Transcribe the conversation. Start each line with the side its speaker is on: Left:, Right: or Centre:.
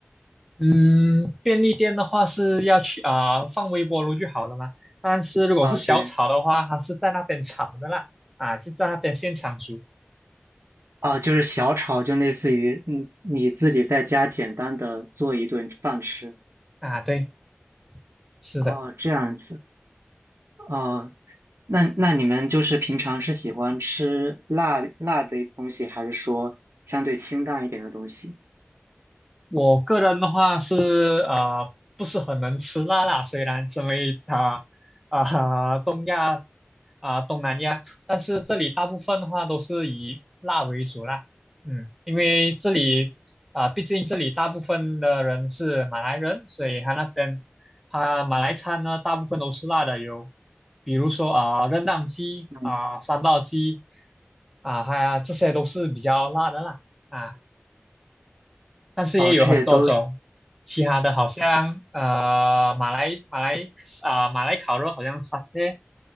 Centre: 嗯，便利店的话是要去啊、放微波炉就好了嘛。但是如果是小炒的话，
Right: 啊，对
Centre: 它是在那边炒的啦，啊，是在那边现场煮
Right: 啊，就是小炒就类似于嗯你自己在家简单的做一顿饭吃
Centre: 啊。对，是的。
Right: 哦，这样子哦，那那你们就是平常是喜欢吃辣辣的东西，还是说相对清淡一点的东西？
Centre: 我个人的话是呃不是很能吃辣辣，虽然身为啊啊、东亚啊、东南亚，但是这里大部分的话都是以辣为主啦。嗯，因为这里啊、毕竟这里大部分的人是马来人，所以他那边他马来餐呢大部分都是辣的，有比如说啊、r e 鸡啊、
Right: 嗯，
Centre: 三道鸡啊，还有这些都是比较辣的啦。啊。但是也有很多种，
Right: 哦，这些都是。
Centre: 其他的好像呃马来马来啊、马来烤肉好像 satay